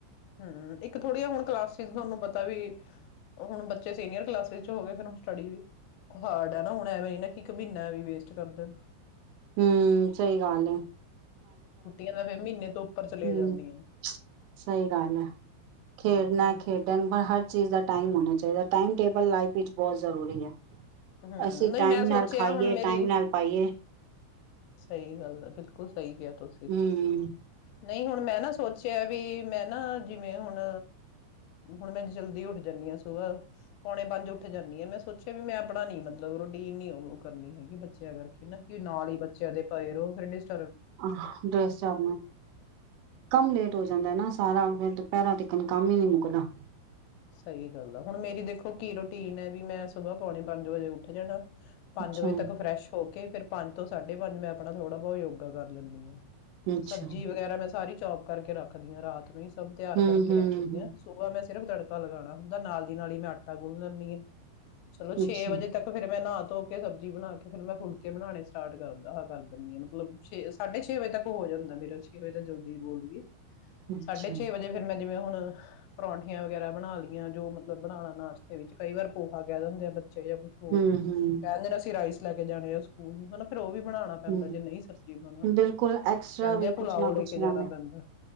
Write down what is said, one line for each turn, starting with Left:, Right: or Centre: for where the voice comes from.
Left: ਹਮ, ਇੱਕ ਥੋੜੀ ਜ ਹੁਣ ਕਲਾਸਿਸ ਤੁਹਾਨੂੰ ਪਤਾ ਵੀ ਹੁਣ ਬੱਚੇ ਸੀਨੀਅਰ ਕਲਾਸਿਸ ਚ ਹੋ ਗਏ ਫ ਸਟੱਡੀ ਵੀ ਹਾਰਡ ਆ ਨਾ ਹੁਣ ਐਵੇਂ ਇੱਕ ਮਹੀਨਾ ਐ ਵੇਸਟ ਕਰਦੇ।
Right: ਹਮ ਸਹੀ ਗੱਲ ਏ।
Left: ਛੁੱਟੀਆਂ ਤਾਂ ਫੇਰ ਮਹੀਨੇ ਤੋਂ ਉੱਪਰ ਚਲੇ
Right: ਹਮ
Left: ਜਾਂਦੀਆਂ।
Right: ਸਹੀ ਗੱਲ ਹੈ ਖੇਡਣਾ
Left: ਹਮ
Right: ਖੇਡਣ ਹਰ ਚੀਜ਼ ਦਾ ਟਾਈਮ ਹੋਣਾ ਚਾਹੀਦਾ, ਟਾਈਮ ਟੇਬਲ ਲਾਈਫ ਵਿੱਚ ਬਹੁਤ ਜ਼ਰੂਰੀ ਹੈ।
Left: ਹਮ
Right: ਅਸੀਂ
Left: ਨਹੀਂ
Right: ਟਾਈਮ
Left: ਮੈਂ ਸੋਚਿਆ
Right: ਨਾਲ ਖਾਈਏ
Left: ਹੁਣ ਮੇਰੀ
Right: ਟਾਈਮ ਨਾਲ ਪਾਈਏ
Left: ਸਹੀ ਗੱਲ ਬਿਲਕੁਲ। ਸਹੀ ਕਿਆ ਤੁਸੀਂ,
Right: ਹਮ
Left: ਨਹੀਂ ਹੁਣ ਮੈਂ ਨਾ ਸੋਚਿਆ ਵੀ ਮੈਂ ਨਾ ਜਿਵੇਂ ਹੁਣ, ਹੁਣ ਮੈਂ ਜਲਦੀ ਉੱਠ ਜਾਂਨੀ ਹਾਂ ਸੁਭਾ ਪੌਣੇ ਪੰਜ ਉੱਠ ਜਾਂਨੀ ਹਾਂ, ਮੈਂ ਸੋਚਿਆ ਵੀ ਮੈਂ <unintelligible> ਨਹੀਂ ਮਤਲਬ ਰੋਟੀਨ ਨੀ ਉਹ ਕਰਨੀ ਹੈਗੀ ਬੱਚੇ ਬੱਚਿਆਂ ਕਰਕੇ ਨਾ ਕਿ ਨਾਲ ਹੀ ਬੱਚਿਆਂ ਦੇ ਪਏ ਰੋ। <unintelligible>
Right: ਆਹ ਡਰੈਸ ਚਾਰ ਕੰਮ ਲੇਟ ਹੋ ਜਾਂਦਾ ਨਾ ਸਾਰਾ। ਫੇਰ ਦੁਪੈਰਾਾਂ ਤੀਕਨ ਕੰਮ ਈ ਨਈ ਮੁੱਕਨਾ।
Left: ਸਹੀ ਗੱਲ ਆ। ਹੁਣ ਮੇਰੀ ਦੇਖੋ ਕੀ ਰੂਟੀਨ ਏ ਵੀ ਮੈਂ ਸੁਬਾਹ ਪੋਣੇ ਪੰਜ ਵਜੇ ਉੱਠ ਜਾਣਾ। ਪੰਜ
Right: ਅੱਛਾ
Left: ਵਜੇ ਤੱਕ ਫਰੈਸ਼ ਹੋ ਕੇ ਫਿਰ ਪੰਜ ਤੋਂ ਸਾਢੇ ਪੰਜ ਮੈਂ ਆਪਣਾ ਥੋੜਾ ਬੋਤ ਯੋਗਾ ਕਰ ਲੈਂਦੀ ਆਂ।
Right: ਅੱਛਾ
Left: ਸਬਜੀ ਵਗੈਰਾ ਮੈਂ ਸਾਰੀ ਚੌਪ ਕਰਕੇ ਰੱਖਦੀ ਆਂ ਰਾਤ ਨੂੰ ਈ ਸ ਸਭ ਤਿਆਰ
Right: ਹਮ
Left: ਕਰਕੇ
Right: ਹਮ
Left: ਰੱਖਦੀ ਆਂ ਸੁਬਾਹ ਮੈਂ ਤਿਰਮ <unintelligible> ਪੱਕਾ ਲਗਾਨਾ ਹੁੰਦਾ ਨਾਲ ਦੀ ਨਾਲ ਈ ਮੈਂ ਆਟਾ ਗੁਨ ਲੈਂਦੀ ਆਂ। ਚਲੋ ਛੇ
Right: ਅੱਛਾ
Left: ਵਜੇ ਤੱਕ ਫੇਰ ਮੈਂ ਨਾ। ਧੋ ਕੇ ਸਬਜ਼ੀ ਬਨਾ ਕੇ ਫੇਰ ਮੈਂ ਫੁਲਕੇ ਬਣਾਣੇ ਸਟਾਰਟ ਕਰਦਾ ਹ ਕਰ ਦਿੰਦੀ ਆਂ। ਮਤਲਬ ਛੇ ਸਾਢੇ ਛੇ ਵਜੇ ਤੱਕ ਹੋ ਜਾਂਦਾ ਮੇਰਾ ਛੇ ਵਜੇ ਜਲਦੀ ਬੋਲਦਈਏ।
Right: ਅੱਛਾ
Left: ਸਾਢੇ ਛੇ ਵਜੇ ਫੇਰ ਮੈਂ ਜਿਵੇਂ ਹੁਣ ਪਰੌਂਠੀਆਂ ਵਗੈਰਾ ਬਣਾ ਲਈਆਂ ਜੋ ਮਤਲਬ ਬਣਾਣਾ ਨਾਸ਼ ਵਿੱਚ ਕਈ ਵਾਰ ਪੋਹਾ ਕਹਿ ਦਿੰਦੇ ਆ ਬੱਚੇ ਜਾਂ ਕੁਛ ਹੋਰ
Right: ਹਮ
Left: ਕਹਿ
Right: ਹਮ
Left: ਦਿੰਦੇ ਨੇ ਅਸੀਂ ਰਾਈਸ ਲੈ ਕੇ ਜਾਣੇ ਆ ਸਕੂਲ ਨੂੰ ਹੇਨਾ ਫੇਰ ਉਹ ਵੀ ਬਣਾਣਾ ਪੈਂਦਾ
Right: ਹਮ
Left: ਜੇ ਨਹੀਂ ਸਬਜ਼ੀ ਬਨਾਂਦੇ।
Right: ਬਿਲਕੁਲ ਐਕਸਟਰਾ
Left: ਕੇਂਦੇ
Right: ਵੀ
Left: ਆ
Right: ਕੁਛ
Left: ਪੁੁਲਾਓ
Right: ਨਾ
Left: ਲੈ
Right: ਕੁਛ
Left: ਕੇ
Right: ਇਹਨਾਂ
Left: ਜਾਣਾ
Right: ਨੇ
Left: ਪੈਂਦਾ